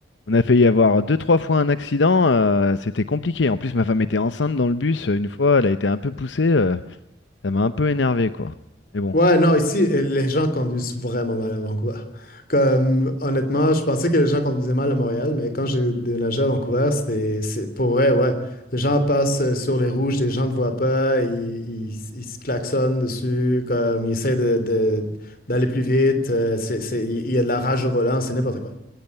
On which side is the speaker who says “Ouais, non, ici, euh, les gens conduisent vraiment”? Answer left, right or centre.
Left